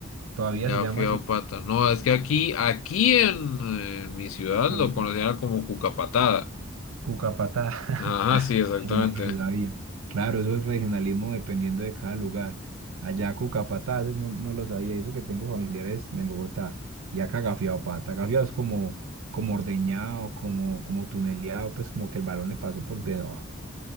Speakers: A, on the right (about 90°); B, on the left (about 75°).
A: todavía
B: Gafiao
A: se llama así,
B: pata. No, es que aquí, aquí en, en mi ciudad
A: Bogotá,
B: lo conocían como cucapatada.
A: cuca cucapatá, <laughs>
B: Ajá, sí, exactamente.
A: eso no me lo sabía. Claro, eso es regionalismo dependiendo de cada lugar. Allá cucapatá, ese no, no lo sabía, y eso que tengo familiares en Bogotá, y acá gafiao pata, gafiao es como, como ordeñado, como, como tuneleado, pues como que el balón le pasó por debajo.